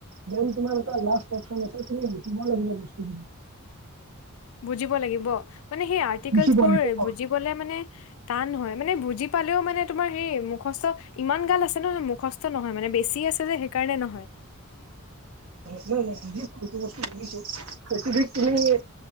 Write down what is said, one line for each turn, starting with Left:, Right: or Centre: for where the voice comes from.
Right: দেন তোমাৰ এটা লাষ্ট অবশ্যচন আছে তুমি লিখিব লাগিব বস্তুখিনি
Left: বুজিব লাগিব মানে সেই আৰ্টিকোলচবোৰ
Right: লিখিব লাগিব
Left: বুজিবলে মানে টান নহয় মানে বুজি পালেও মানে তোমাৰ হেই মুখস্থ ইমান গাল আছে নহয় মুখছ স্ত নহয় মানে বেছি আছে যে সেইকাৰণে নহয়
Right: <unintelligible> তুমি এ